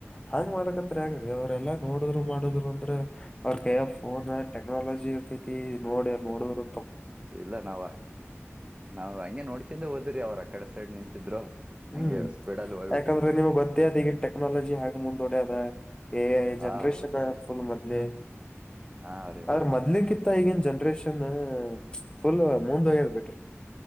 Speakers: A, on the left; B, on the right.
A: ಹಾಂಗ ಮಾಡಕತ್ರಿ ಹೆಂಗ ರೀ ಅವ್ರಲ್ಲಾ ನೋಡಿದ್ರು ಮಾಡುದ್ರು ಅಂದ್ರೆ ಅವ್ರ ಕೈಯ ಫೋನ್ ಟೆಕ್ನಾಲಜಿ ಇರತೇತಿ ನೋಡ ನೋಡದರು
B: ಇಲ್ಲ ನಾವ್ ನಾವ್ ಹಂಗೆ ನೋಡ್ಕಿಂದೆ ಹೋದವರಿ ಅವರು ಅ ಕಡೆ ಸೈಡ್ ನಿಂತಿದ್ರು ಹಂಗೆ
A: ಹ್ಮ್
B: ಸ್ಪೀಡಲ್ಲಿ ಹೋಗ್ಬಿಟ್ರಿ
A: ಯಾಕಂದ್ರೆ ನಿಮ್ಗೆ ಗೊತ್ತೇ ಅದ ಈಗ ಟೆಕ್ನಾಲಜಿ ಹೆಂಗ ಮುಂದೂಡೆ ಅದ ಎ
B: ಹಾ
A: ಜನರೇಷನ್
B: ಹೌದ್ರಿ
A: ುಲ್ ಮದವೇ.
B: ಹಾ ರೀ
A: ಅ್ರ
B: ಹೌದ್ರಿ
A: ಮೊದ್ಲಿಕ್ಕಿತ್ತ ಈಗನ್ ಜನ್ರೇಷನ್ ಫುಲ್ ಮುಂದ್ ಹೋಗ್ಯದ್ ಬಿ. ಡ್ರಿ